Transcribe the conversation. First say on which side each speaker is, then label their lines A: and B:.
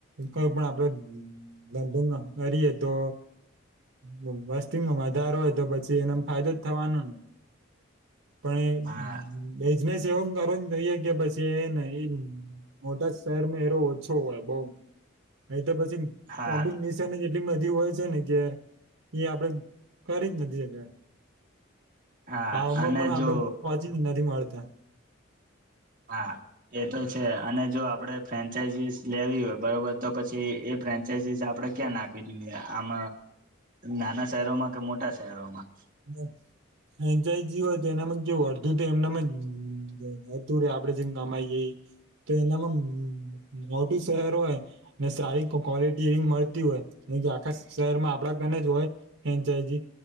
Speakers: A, on the right (about 80°); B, on the right (about 40°).
A: કોઈ પણ આપડો <unintelligible> કરીએ તો વ વસ્તીમાં વધારો હોય તો પછી એનો ફાયદો જ થવાનોન. પણ એ બે
B: હા
A: બિઝનેસ એવું કરો જોઈએ કે પછી એને ઈ મોટા જ શહેરમાં એરો ઓછો હોય બઉ એ તો પછી
B: હા
A: કોમ્બિંગમીશન જ એટ લી બધી હોય છે ને કે એ આપડે કરી જ નથી શક્યા.
B: હા
A: હામાં
B: અને
A: પણ આપડે
B: જો
A: વાંચી નથી મળતા.
B: હા એ તો છે અને જો આપડે ફ્રેન્ચાઈઝિસ લેવી હોય બરોબર તો પછી એ ફ્રેન્ચાઈઝીસ આપડે આપણે ક્યાં નાખવી જોઈએ આમ નાના શહેરોમાં કે મોટા શહેરોમાં
A: બ ફ્રેન્ચાઈજી હોય તો એનામાં કેવું અડધૂ તો એમનેમ જ જતું રેય એમનેમ જ જતું રેય આપડે જે કમાઈ જઈ તો એનામાં મોટું શહેર હોય ને સારી ક્વોલિટી એવી મળતી હોય. ને આખા શહેરમાં આપડા ગને જ હોય ફેંનચાયઝી